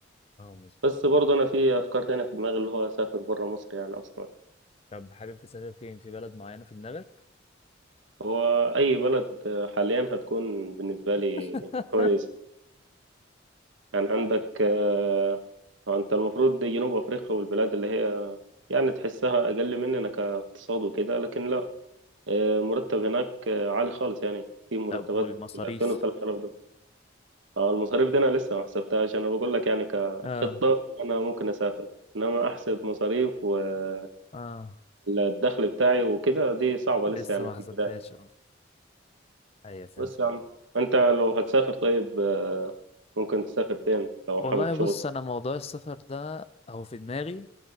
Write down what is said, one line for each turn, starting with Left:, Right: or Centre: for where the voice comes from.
Left: اه مظبوط
Right: بس برضه انا في افكار تانية في دماغي اللي هو اسافر بره مصر يعني اصلا
Left: طب حابب تسافر فين في بلد معينه في دماغك
Right: هو اي بلد آه، حاليا هتكون بالنسبه لي
Left: <laughs>
Right: كويس يعني عندك
Left: أيوة.
Right: آه، انت المفروض جنوب افريقيا والبلاد اللي هي يعني تحسها اقل مننا كاقتصاد وكده لكن لا آه، مرتب هناك آه، عالي خالص يعني في مرتبات
Left: طب والمصاريف
Right: بال 2000 و 3000 دولار آه، المصاريف دي انا لسه ما حسبتهاش انا بقول لك يعني كخطة
Left: اه
Right: انا ممكن اسافر انما احسب مصاريف ومع
Left: اه
Right: الدخل بتاعي وكده دي صعبة
Left: لسه
Right: لسه يعني
Left: ما
Right: في
Left: حسبتهاش
Right: البداية
Left: اه ايوه فهمتك
Right: بس يا عم انت لو هتسافر طيب آه، ممكن تسافر فين لو
Left: والله
Right: حابب
Left: بص
Right: شغل
Left: انا موضوع السفر ده هو في دماغي